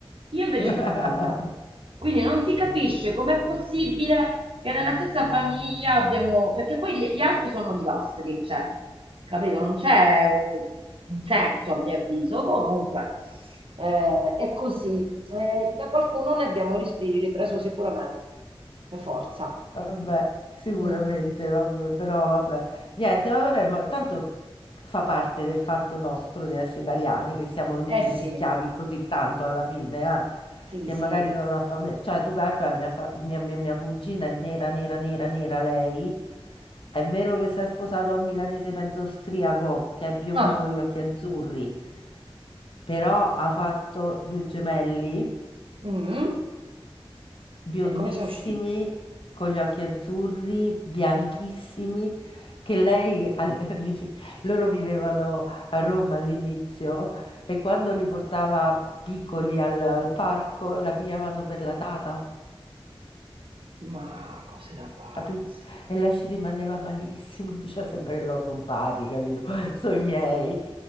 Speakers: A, on the right (about 65°); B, on the left (about 65°).
A: Io invece
B: <laughs>
A: sono chiara. Quindi non si capisce com'è possibile che nella stessa famiglia abbiamo... Perché poi gli, gli altri sono olivastri, cioè, capito? Non c'è un, un senso, a mio avviso. Comunque, eh, è così. Eh, da qualcuno ne abbiamo ris- ripreso sicuramente, per forza.
B: Vabbè, sicuramente,
A: Mm, mm.
B: vabbè, però vabbè, niente, vabbè, ma tanto fa parte del fatto nostro di essere italiani, che siamo tutti
A: Eh sì,
B: mischiati così tanto alla fine,
A: sì,
B: eh, che
A: sì.
B: magari non ha famiglia. Cioè, tu calcola, mia, fa- mia, mia- mia cugina è nera, nera, nera, nera lei. È vero che si è sposata a un milanese mezzo austriaco, che è biondo
A: Ah,
B: con gli occhi azzurri, però ha fatto due gemelli.
A: Mm.
B: biondissimi,
A: E come sono usciti?
B: con gli occhi azzurri, bianchissimi, che lei, al- <laughs> lì- loro vivevano a Roma all'inizio e quando li portava piccoli al, al parco la pigliavano per la tata.
A: Ma cose da pazzi.
B: Capito? E lei ci rimaneva malissimo, <laughs> diceva sembra che l'ho rubati, capito? <laughs> Sono i miei.